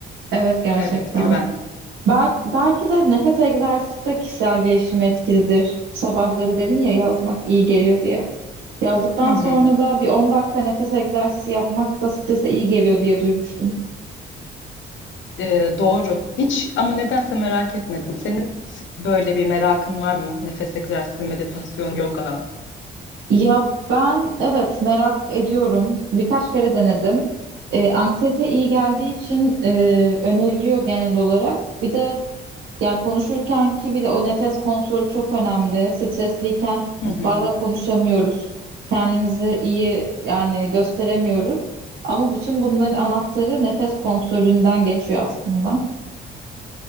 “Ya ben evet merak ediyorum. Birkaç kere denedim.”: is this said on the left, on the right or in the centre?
Right